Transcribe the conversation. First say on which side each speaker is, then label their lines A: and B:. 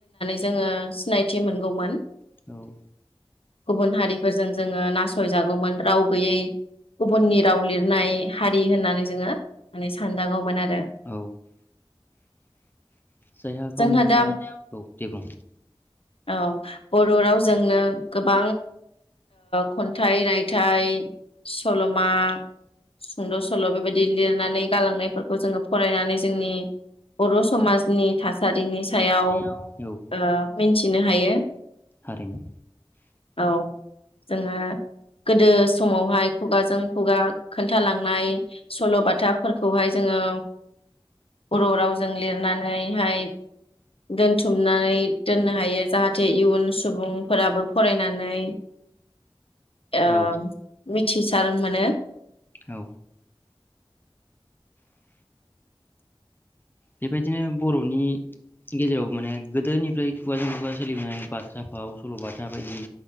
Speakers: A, on the left (about 70°); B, on the left (about 20°).
A: जोङो सिनायथि मोनगौमोन।
B: मोनगौमोन
A: गुबुन हारिफोरजों जोङो नासयजागौमोन राव गैयै गुबुननि राव लिरनाय हारि होननानै जोङो माने सानजागौमोन आरो,
B: औ जायहा गावनि
A: जोंहा
B: बिमा
A: दाम
B: औ दे बुं
A: औ बर' राव जोंनो गोबा ओ खन्थाइ रायथाइ सल'मा सुंद' सल' बेबायदि लिरनानै गालांनायफोरखौ जोङो फरायनानै जोंनि बर' समाजनि थासारिनि सायाव
B: औ,
A: ओ मिन्थिनो हायो
B: हारिमु
A: औ जोंङो गोदो समावहाय खुगाजों खुगा खोन्थालांनाय सल बाथाफोरखौहाय जोंङो बर रावजों लिरनानैहाय। दोनथुमनानै दोननो हायो जाहाथे इयुन सुबुंफोराबो फरायनान नानै ओह
B: औ
A: मिथिसार मोनो।
B: औ बेबायदिनो बरनि गेजेराव माने गोदोनिफ्राय खुगाजों खुगा सोलिबोनाय बाथ्रा फाव सलबाथा बायदि